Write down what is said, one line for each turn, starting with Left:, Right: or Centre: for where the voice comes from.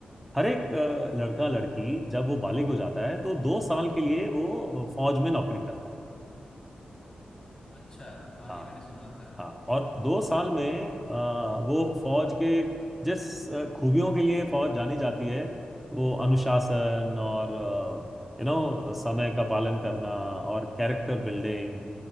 Centre: हर एक अ, लड़का लड़की जब वो बालिग हो जाता है तो दो साल के लिए वो फौज में नौकरी करता है
Left: अच्छा हाँ
Centre: हाँ
Left: ये मैंने सुना था
Centre: हाँ और दो साल में आ, वो फौज के जिस आ, खूबियों के लिए फौज जानी जाती है वो अनुशासन और यू नो समय का पालन करना और कैरेक्टर बिल्डिंग